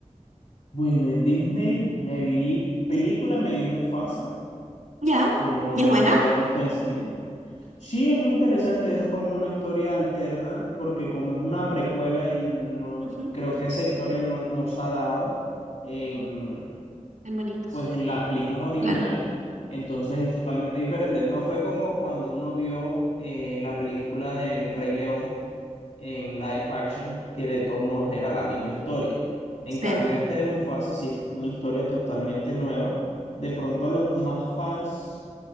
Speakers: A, on the left (about 75°); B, on the right (about 85°).
A: Bueno, en Disney me vi película, me vi Mufasa,
B: ¿Ya?
A: que no,
B: ¿Y
A: no
B: es buena?
A: me la había visto en cine. Sí, es interesante, es como una historia alterna, porque como es una precuela y no
B: Ujú,
A: creo que esa historia no, no se ha dado en,
B: ujú. En monitos.
A: pues en las películas originales,
B: Claro.
A: entonces es totalmente diferente. No fue como cuando uno vio eh, la película del Rey León en live action, que de todos modos era la misma historia. En
B: Sí.
A: cambio, este de Mufasa sí es una historia totalmente nueva. De pronto los más fans